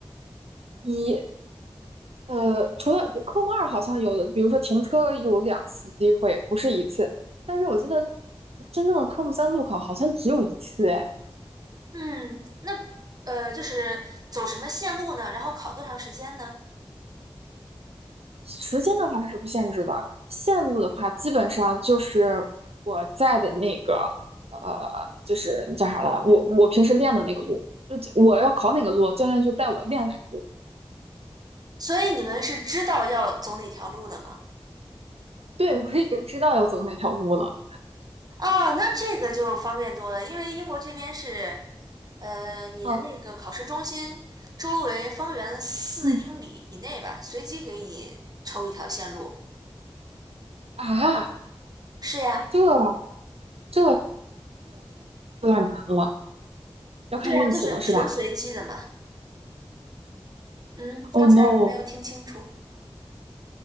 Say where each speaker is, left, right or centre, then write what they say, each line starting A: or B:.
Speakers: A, on the right; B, on the right.
A: 一。呃，除了科目二好像有的，比如说停车有两次机会，不是一次。但是我记得真正的科目三路考好像只有一次，哎，
B: 嗯，那呃就是走什么线路呢？然后考多长时间呢？
A: 时间的话它是不限制的，线路的话基本上就是我在的那个呃，就是叫啥了，我我平时练的那个路，就我要考哪个路，教练就带我练哪个路。
B: 所以你们是知道要走哪条路的吗？
A: 对，我已经知道要走哪条路了。
B: 哦，那这个就方便多了，因为英国这边是，呃，你的那个考试中心周围方圆四英里以内吧，
A: 嗯嗯
B: 随机给你抽一条线路。
A: 啊，
B: 是呀，
A: 这这有点难了，要看运气了是吧
B: 对呀，就是纯随机的嘛。嗯，
A: ？Oh
B: 刚才我没有听清楚。
A: no！啊，